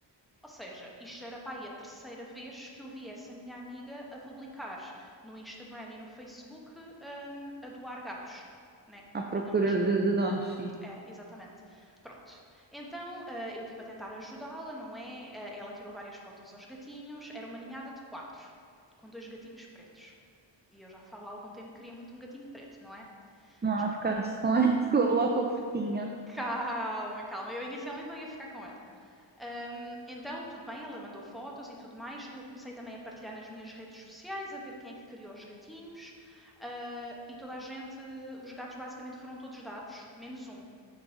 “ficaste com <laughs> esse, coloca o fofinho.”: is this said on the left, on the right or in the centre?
Right